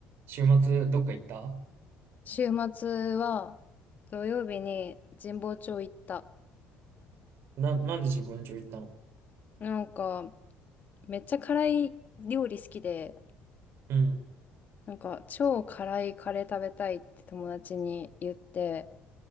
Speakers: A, on the right (about 65°); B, on the left (about 40°).
A: 週末どっか行った
B: 週末は土曜日に神保町行った。
A: な、なんで自分家行ったの
B: なんかめっちゃ辛い料理好きで、
A: うん。
B: なんか超辛いカレー食べたいって友達に言って、